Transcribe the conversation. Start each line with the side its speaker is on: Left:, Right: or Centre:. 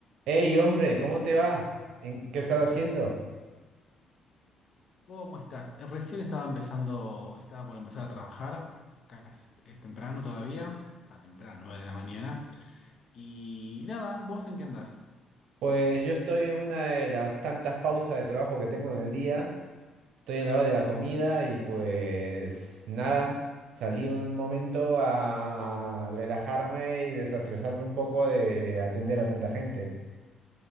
Right: Hey, hombre, ¿cómo te va? ¿En qué estás haciendo?
Left: ¿Cómo estás? Eh, Recién estaba empezando, estaba por empezar a trabajar. Acá es, es temprano todavía, a temprano, 9 de la mañana. Y nada, ¿vos en qué andás?
Right: Pues yo estoy en una de las tantas pausas de trabajo que tengo en el día. Estoy en la hora de la comida y pues nada, salí un momento a relajarme y desestresarme un poco de atender a tanta gente.